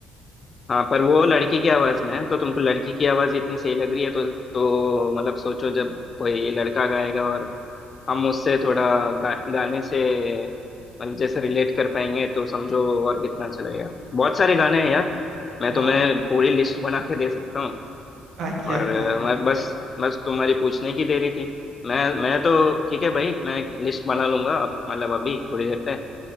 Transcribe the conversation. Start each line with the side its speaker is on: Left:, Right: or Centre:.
Left: हाँ पर वो लड़की की आवाज में है, तो तुमको लड़की की आवाज इतनी सही लग रही है तो तो मतलब सोचो जब कोई लड़का गाएगा और हम उससे थोड़ा गा, गाने से मतलब जैसे रिलेट कर पाएंगे तो समझो और कितना चलेगा बहुत सारे गाने हैं यार मैं
Right: हाँ
Left: तुम्हें पूरी लिस्ट बना के दे सकता हूँ
Right: अच्छा
Left: और
Right: अच्छा
Left: अ, मैं बस बस तुम्हारी पूछने की देरी थी मैं मैं तो ठीक है भाई मैं लिस्ट बना लूंगा अब मतलब अभी थोड़ी देर पे